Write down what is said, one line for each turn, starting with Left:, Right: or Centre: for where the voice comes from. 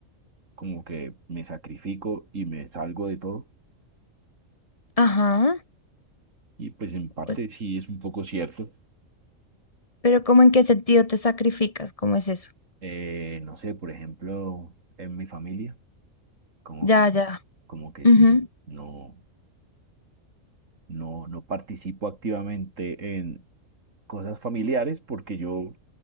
Right: como que me sacrifico y me salgo de todo.
Left: Ajá.
Right: Y pues en parte
Left: Pues,
Right: sí es un poco cierto.
Left: pero ¿cómo en qué sentido te sacrificas? ¿Cómo es eso?
Right: Eh, no sé, por ejemplo, en mi familia, como
Left: Ya,
Right: que,
Left: ya.
Right: como que
Left: Ujú.
Right: no, no, no participo activamente en cosas familiares porque yo